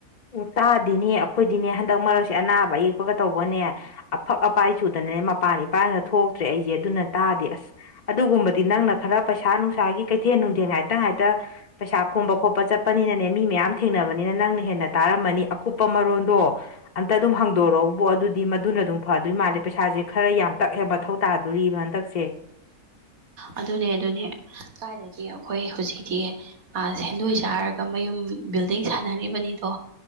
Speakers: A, on the left; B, on the right.
A: ꯑꯣ ꯇꯥꯗꯦꯅꯦ ꯑꯈꯣꯏꯗꯤꯅꯦ ꯍꯟꯗꯛ ꯃꯔꯛꯁꯦ ꯑꯅꯥꯕ ꯑꯌꯦꯛꯄꯒ ꯇꯧꯕꯅꯦ ꯑꯐꯛ ꯑꯄꯥꯏ ꯆꯨꯗꯅꯦ ꯃꯄꯥꯟ ꯏꯄꯥꯟꯒ ꯊꯣꯛꯇ꯭ꯔꯦ ꯑꯩꯖꯦ ꯑꯗꯨꯅ ꯇꯥꯗꯦ ꯑꯁ ꯑꯗꯨꯒꯨꯝꯕꯗꯤ ꯅꯪꯅ ꯈꯔ ꯄꯩꯁꯥ ꯅꯨꯡꯁꯥꯒꯤ ꯀꯩꯊꯦꯟ ꯅꯨꯡꯊꯦꯟ ꯉꯥꯏꯇ ꯉꯥꯏꯇ ꯄꯩꯁꯥ ꯈꯣꯝꯕ ꯈꯣꯠꯄ ꯆꯠꯄꯅꯤꯅꯅꯦ ꯃꯤ ꯃꯌꯥꯝ ꯊꯦꯡꯅꯕꯅꯤꯅ ꯅꯪꯅ ꯍꯦꯟꯅ ꯇꯥꯔꯝꯃꯅꯤ ꯑꯀꯨꯞꯄ ꯃꯔꯣꯟꯗꯣ ꯑꯝꯇꯗꯨꯝ ꯍꯪꯗꯣꯔꯛꯎꯕꯣ ꯑꯗꯨꯗꯤ ꯃꯗꯨꯅꯗꯨꯝ ꯐꯗꯣꯏ ꯃꯥꯜꯂꯦ ꯄꯩꯁꯥꯖꯦ ꯈꯔ ꯌꯥꯝꯇꯛ ꯍꯦ ꯃꯊꯧ ꯇꯥꯗꯨꯔꯤꯕ ꯍꯟꯇꯛꯁꯦ꯫
B: ꯑꯗꯨꯅꯦ-ꯑꯗꯨꯅꯦ ꯀꯥꯏꯗꯗꯤ ꯑꯈꯣꯏ ꯍꯨꯖꯤꯛꯇꯤ꯫ ꯑꯥ ꯁꯦꯟꯗꯣꯏ ꯆꯥꯔꯒ ꯃꯌꯨꯝ ꯕꯤꯜꯗꯤꯡ ꯁꯥꯟꯅꯔꯤꯕꯅꯤꯗꯣ꯫